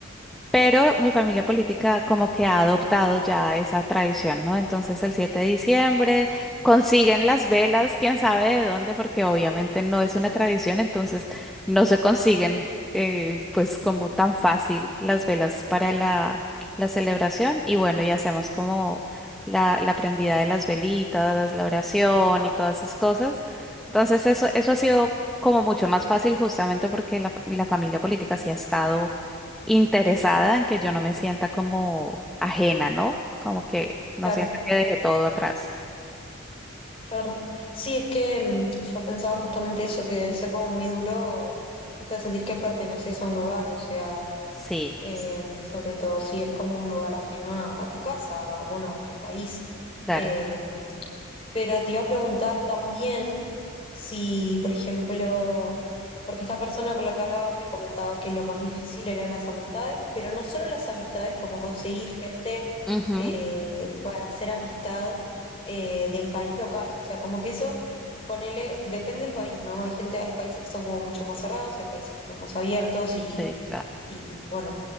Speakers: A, in the centre; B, on the left.
A: Pero mi familia política como que ha adoptado ya esa tradición, ¿no? Entonces el 7 de diciembre consiguen las velas, quién sabe de dónde, porque obviamente no es una tradición, entonces no se consiguen eh, pues como tan fácil las velas para la, la celebración. Y bueno, y hacemos como la, la prendida de las velitas, la oración y todas esas cosas. Entonces eso, eso ha sido como mucho más fácil justamente porque la, fa- la familia política sí ha estado interesada en que yo no me sienta como ajena, ¿no? Como que no
B: claro,
A: sienta que dejé todo atrás.
B: claro. Sí, es que mm, yo pensaba justamente eso, que debe ser como muy duro esto de sentir que perteneces a un lugar, o sea.
A: Sí,
B: em,
A: s-
B: sobre todo si es como un lugar ajeno a, a tu casa, o, bueno, a tu país.
A: claro.
B: Em, pero te iba a preguntar también si, por ejemplo, porque esta persona con la que hablaba hoy me comentaba que lo más difícil eran las amistades, pero no solo las amistades, como conseguir gente
A: Ujú,
B: eh, para hacer amistad eh, del país local. O sea, como que eso, ponele, depende del país, ¿no? Hay gente, hay países que son como mucho más cerrados, hay países que son más abiertos y,
A: sí, claro.
B: y bueno.